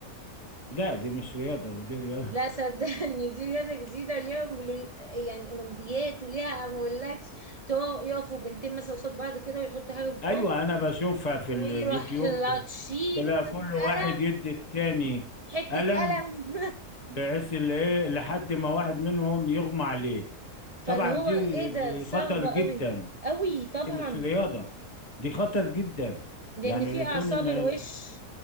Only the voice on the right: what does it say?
لا صدقني دي رياضة جديدة ليها أولي- يعني أولمبيات وليها ما أقولكش تو- يقفوا بنتين مثلا قصاد بعض كده ويحطوا حاجة بأم
ويروح
لطشين
قلم
حتة
قلم
<laughs> فاللي
هو
ايه
ده صعبة
قوي قوي طبعا
لان
في
اعصاب
الوش